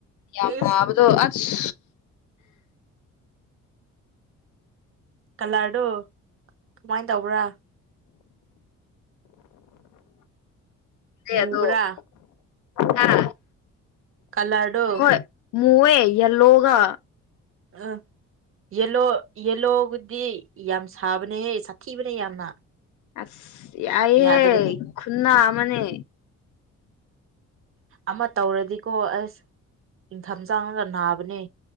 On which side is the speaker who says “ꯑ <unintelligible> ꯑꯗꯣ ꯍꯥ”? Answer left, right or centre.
Left